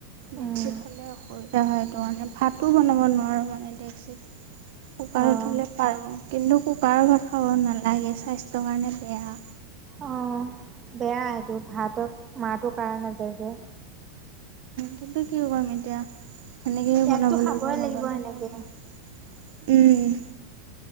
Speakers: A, on the right; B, on the right.
A: ডেক্সিত
B: উম
A: হলে অসু <unintelligible> বিধা হয় টো মানে ভাতো বনাব নোৱাৰোঁ মানে ডেক্সিত কুকাৰত
B: অঁ
A: হ'লে পাৰোঁ কিন্তু কুকাৰৰ ভাত খাব নালাগে স্বাস্থ্যৰ কাৰণে বেয়া।
B: অ বেয়া এইটো ভাতত মাৰটো কাৰা নাযায় যে।
A: কিন্তু কি কৰিম এতিয়া হেনেকেয়ে
B: ইয়াততো
A: বনাব
B: খাবই
A: লাগিব নবনালেও
B: সেনেকে
A: নহয়। উম!